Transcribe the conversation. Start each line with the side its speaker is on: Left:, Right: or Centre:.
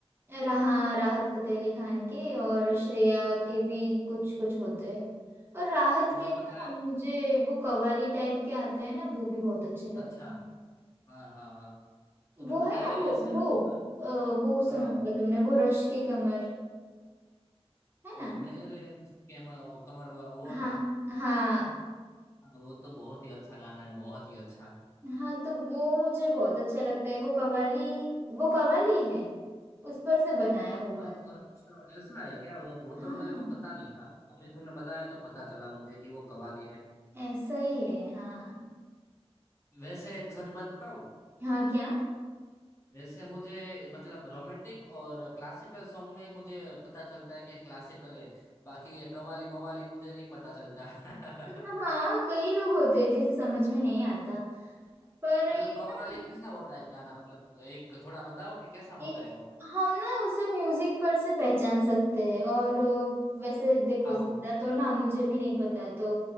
Right: रहा राहत फतेह अली खान के और श्रेया के भी कुछ कुछ होते हैं और राहत
Left: तुम्हें
Right: के
Left: पता
Right: ना
Left: है
Right: मुझे वो कव्वाली टाइप के आते हैं ना वो भी बहुत अच्छे लगते
Left: अच्छा
Right: हैं
Left: हाँ हाँ हाँ तुम्हें
Right: वो
Left: पता
Right: है ना
Left: है वैसे
Right: वो
Left: है
Right: वो
Left: ना
Right: अ, वो
Left: हाँ
Right: सुना होगा तुमने वो रश के कमर है
Left: ओ
Right: ना
Left: मेरे रिश्ते के म- ओ, कमर वा- वो वाला
Right: हाँ हाँ
Left: हाँ, वो तो बहुत ही अच्छा गाना है बहुत ही अच्छा
Right: हाँ तो वो मुझे बहुत अच्छा लगता है वो कव्वाली वो कव्वाली है उस पर से बनाया
Left: अ-
Right: हुआ
Left: अ-
Right: है
Left: अच्छा ऐसा है क्या वो वो
Right: हाँ
Left: तो मेरे को पता नहीं था अभी तुमने बताया तो पता चला मुझे कि वो कव्वाली है
Right: ऐसा ही है हाँ
Left: वैसे एक सच बात बताऊं
Right: हाँ क्या
Left: वैसे मुझे मतलब रोमांटिक और क्लासिकल सॉन्ग में ही मुझे पता चलता है कि क्लासिकल है बाकी ये कव्वाली मवाली मुझे नहीं पता चलता <laughs>
Right: हाँ हाँ, कई लोग होते हैं जिसे समझ में नहीं आता पर ये
Left: मतलब कव्वाली
Right: ना
Left: कैसा होता है गाना मतलब एक थोड़ा बताओ कि कैसा
Right: ये
Left: होता है वो
Right: हम ना उसे म्यूजिक पर से पहचान सकते हैं और अ, वैसे देखो
Left: आओ
Right: ज्यादा तो ना मुझे भी नहीं पता तो